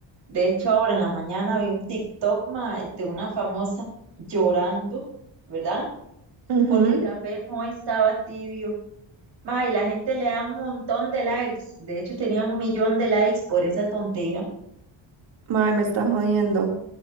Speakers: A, on the right; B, on the right.
A: De hecho, ahora en la mañana vi un TikTok, mae, de una famosa llorando, ¿verdad?
B: Ujú.
A: Porque el café no estaba tibio. Mae, y la gente le da un montón de likes. De hecho, tenía un millón de likes por esa tontera.
B: Mae, me está jodiendo.